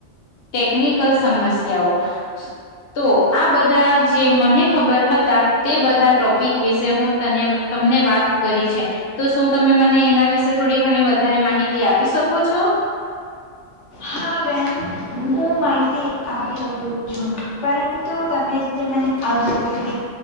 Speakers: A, on the left (about 60°); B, on the left (about 75°).
A: ટેકનિકલ સમસ્યાઓ તો આ બધા જે મને ખબર હતા તે બધા ટોપિક વિશે હું તને તમને વાત કરી છે તો શું તમે મને એના વિશે થોડી ઘણી વધારે માહિતી આપી શકો છો?
B: હા બેન હું માઇ માહિતી આપી શકું છું. તો તમે જે મને આગાડી